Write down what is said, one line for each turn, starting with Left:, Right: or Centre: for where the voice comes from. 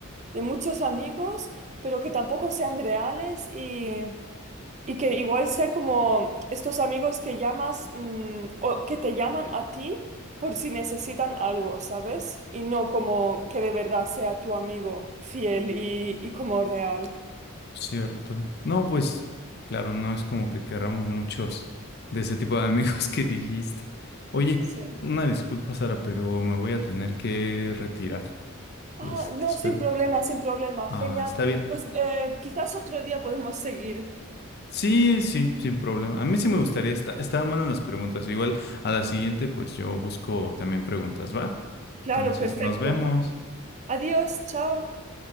Right: de muchos amigos, pero que tampoco sean reales y, y que igual sean como estos amigos que llamas mm, o que te llaman a ti por si necesitan algo, ¿sabes? Y no como que de verdad sea tu amigo fiel y, y como real.
Left: Cierto. No, pues, claro, no es como que querramos muchos de ese tipo de amigos que dijiste. Oye,
Right: Sí.
Left: una disculpa, Sara, pero me voy a tener que retirar. Este,
Right: Ah, no,
Left: espero.
Right: sin problema, sin problema.
Left: Ah,
Right: Genial.
Left: está bien.
Right: Pues eh, quizás otro día podemos seguir.
Left: Sí, sí, sin problema. A mí sí me gustaría, esta- estaban buenas las preguntas. Igual a la siguiente, pues yo busco también preguntas, ¿va?
Right: Claro,
Left: Entonces,
Right: perfecto.
Left: nos vemos.
Right: Adiós, chao.